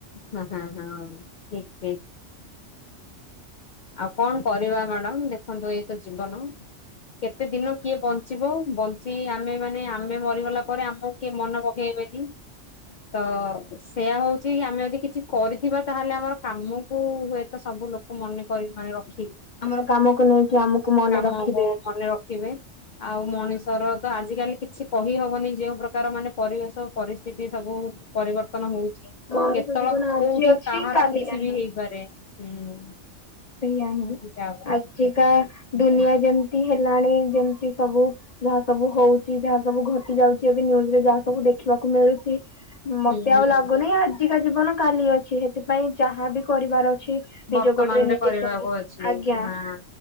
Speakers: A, on the left; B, on the left.
A: ହଁ ହଁ ହଁ ଠିକ ଠିକ। ଆଉ କଣ କରିବା ମାଡାମ ଦେଖନ୍ତୁ ଏଇତ ଜୀବନ କେତେ ଦିନ କିଏ ବ ଞ୍ଚିବ ବଞ୍ଚି ଆମେ ମାନେ ଆମେ ମରିଗଲା ପରେ ଆମକୁ କିଏ ମନ ପକେଇବେନି। ତ ସେୟା ହଉଚି ଆମେ ଯଦି କିଛି କରିଥିବା ତାହେଲେ ଆମର କାମକୁ ହୁଏ ତ ସବୁ ଲୋକ ମନେ <inaudible> ରଖିବେ
B: ଆମର କାମକୁ ନେଇକି ଆମକୁ ମନେ
A: କାମକୁ
B: ରଖିବେ।
A: ମନେ ରଖିବେ। ଆଉ ଉ ମଣିଷର ତ ଆଜିିକାଲି କିଛି କହି ହବନି ଯେଉଁ ପ୍ରକାର ମାନେ ପରିବେଶ ପରିସ୍ଥିତି ସବୁ ପରିବର୍ତ୍ତନ ହଉଚି।
B: ମଣିଷ
A: କେତେବଳ
B: ଜୀବନ ଆଜି
A: କୋଉଠି
B: ଅଛି
A: କାହାର
B: କାଲି
A: କିଛି
B: ନାହିଁ
A: ବି ହେଇପାରେ ହୁଁ।
B: ଏଇଆ ହିଁ
A: ସେଇଟା ଆଉ।
B: ଆଜିକା ଦୁନିଆ ଯେମତି ହେଲାଣି ଯେମତି ସବୁ ଯାହା ସବୁ ହଉଚି ଯାହା ସବୁ ଘଟି ଯାଉଚି ଏବେ ନ୍ୟୁଜରେ ଯାହା ସବୁ ଦେଖିବାକୁ ମିଳିଚି ମତେ
A: ହୁଁ
B: ଆଉ
A: ହୁଁ
B: ଲାଗୁନି ଆଜିକା ଜୀବନ କାଲି ଅଛି ହେଥିପାଇଁ ଯାହାବି କରିବାର ଅ ଛି
A: ବର୍ତ୍ତମାନରେ
B: ନିଜ ଗୋଡ଼ରେ ନିଜେ
A: କରିବାକୁ
B: ଠିଆ ହେଇ
A: ଅଛି
B: ଆଜ୍ଞା।
A: ହଁ।